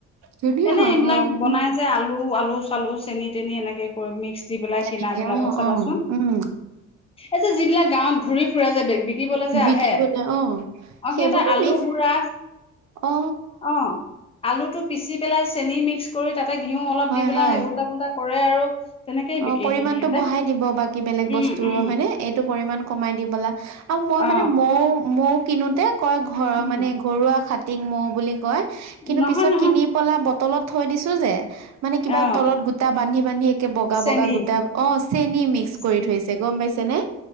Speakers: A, on the right; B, on the left.
A: ধুনীয়া
B: এনে
A: হয়
B: এইবিলাক
A: ঘৰৰ
B: বনাই
A: উম
B: যে আলু আলু চালু চেনি তেনি এনেকে কৰি মিক্স যি পিলাই
A: তেনেকে
B: কিনা বিলাকত
A: অ
B: চাবাচোন,
A: অ উম
B: এ যে যিবিলাক গাঁৱত ঘুৰি ফূৰে যে বেজি শিকিবলৈ যে
A: বিকিবলে
B: আহে,
A: অ
B: অ
A: সেইবোৰতো
B: সিহঁতে আলু
A: মিছ
B: গুড়া
A: অ
B: অ আলুটো পিচি পেলাই চেনি মিক্স কৰি তাতে ঘিউ অলপ
A: হয়
B: দি পেলাই
A: হয়
B: উল্টা পুল্টা কৰে আৰু তেনেকেই
A: অ
B: বিকেহি
A: পৰিমানতটো
B: সিহঁতে
A: বঢ়াই দিব বাকী বেলেগ বস্তুৰ
B: উম উম
A: হয়নে? এইটো পৰিমান কমাই দি পেলে মই
B: অ
A: মানে মৌ মৌ কিনোতে কয় ঘৰ
B: উম
A: মানে ঘৰুৱা খাতি মৌ বুলি কয়। কিন্তু
B: নহয়
A: পিছত
B: নহয়
A: কিনি পলা বটলত থৈ দিছো যে মানে কিবা
B: অ
A: তলত গোটা বান্ধি বান্ধি বগা
B: চেনি
A: বগা গোটা অ, চেনি মিক্স
B: চেনি
A: কৰি থৈছে গম পাইছে নে?